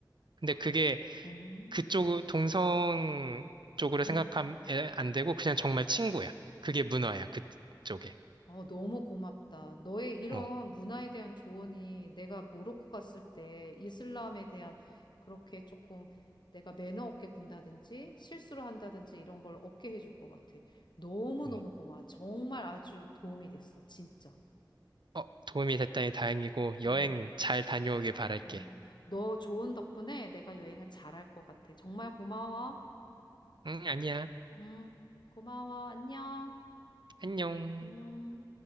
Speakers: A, on the right; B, on the left.
A: 근데 그게
B: 그, 음,
A: 그쪽 동성 쪽으로 생각하면
B: 응.
A: 안 되고, 그냥 정말 친구야. 그게 문화야, 그쪽에.
B: 어, 너무 고맙다. 너의 이런
A: 어,
B: 문화에 대한 조언이 내가 모로코 갔을 때 이슬람에 대한 그렇게 조금 내가 매너 없게 군다든지 실수를 한다든지 이런 걸 없게 해줄 것 같아. 너무너무
A: 어,
B: 고마워. 정말 아주 도움이 됐어. 진짜.
A: 어, 도움이 됐다니 다행이고, 여행
B: 응,
A: 잘 다녀오길 바랄게.
B: 응. 너 좋은 덕분에 내가 여행을 잘 할 것 같아. 정말 고마워.
A: 응, 아니야.
B: 응, 고마워. 안녕.
A: 안녕.
B: 안녕.